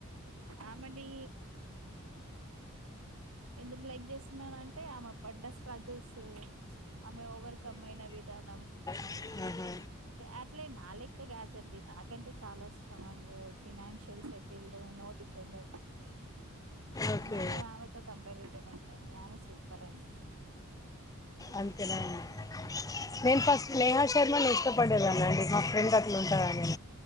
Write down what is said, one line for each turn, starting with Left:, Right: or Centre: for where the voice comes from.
Right: ఆమని ఎందుకు లైక్ చేస్తున్నానంటే ఆమె పడ్డ స్ట్రగుల్స్ అమె ఓవర్కమ్ అయినా విధానం
Left: ఆహ
Right: అట్ల నా లెక్క కాదండి నాకంటే చాలా స్ట్రాంగ్ ఫినాన్షియల్స్ ఇల్ నో డిపెండ్
Left: ఓకే
Right: మన ఆమెతో కంపారిజన్ ఏంటండీ ఆమె సూపర్ అండి
Left: అంతేనా అండి నేను ఫస్ట్ నేహా శర్మను ఇష్టపడేదాన అండి మా ఫ్రెండ్ అట్లా ఉంటాదని